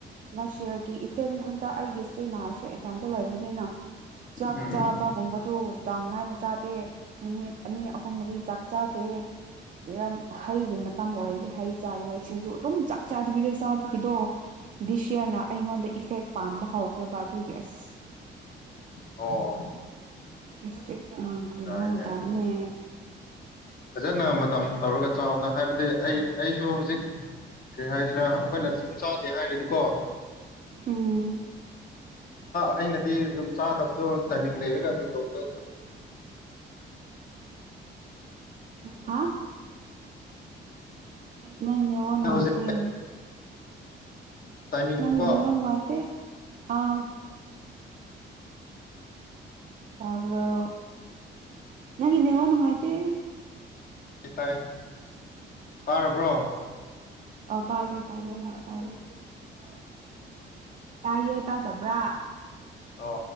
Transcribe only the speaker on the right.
ꯂꯥꯁ ꯌꯌꯥꯔꯒꯤ ꯏꯐꯦꯛ ꯍꯟꯗꯛ ꯑꯩꯒꯤ ꯏꯁꯇ꯭ꯔꯤ ꯅꯍꯁꯨ ꯏꯇꯟꯇ ꯂꯩꯕꯅꯤꯅ ꯆꯥꯛ
ꯆꯥꯕꯒꯨꯝꯕꯗꯨ ꯆꯥꯡ ꯅꯥꯏꯅ ꯆꯥꯗꯦ ꯅꯨꯃꯤꯠ ꯑꯅꯤ ꯑꯍꯨꯝ ꯃꯔꯤ ꯆꯥꯛ ꯆꯥꯗꯦ ꯌꯥꯝ ꯍꯩꯈꯤꯕ ꯃꯇꯝ ꯑꯣꯏꯔꯗꯤ ꯍꯩ ꯆꯥꯍ ꯁꯤꯡꯖꯨ ꯑꯗꯨꯝ ꯆꯥꯛ ꯆꯥꯗꯕꯤꯗ ꯆꯥꯕꯒꯤꯗꯣ ꯗꯤꯁ ꯌꯔꯅ ꯑꯩꯉꯣꯟꯗ ꯏꯐꯦꯛ ꯄꯥꯟꯕ ꯍꯧꯈ꯭ꯔꯦꯕ ꯑꯗꯨꯒꯤ ꯑꯁ
ꯏꯁꯁ ꯅ ꯀ꯭ꯔꯦꯅꯣ
ꯇꯅꯦ
ꯎꯝ
ꯍꯥ ꯅꯪꯅꯦꯉꯣ ꯅꯨꯡꯉꯥꯏꯇꯦ
ꯅꯪ
ꯏꯅꯦꯦ ꯋꯥ ꯅꯨꯡꯉꯥꯏꯇꯦ ꯑꯥ ꯇꯥꯕ꯭ꯔꯣ ꯅꯪ ꯏꯅꯦ ꯋꯥꯅ ꯃꯥꯥꯏꯇ
ꯑ ꯇꯥꯔꯦ ꯇꯥꯔꯦ ꯇꯥꯔꯦ ꯑ ꯇꯥꯏꯌꯦ ꯇꯥꯗꯕ꯭ꯔꯥ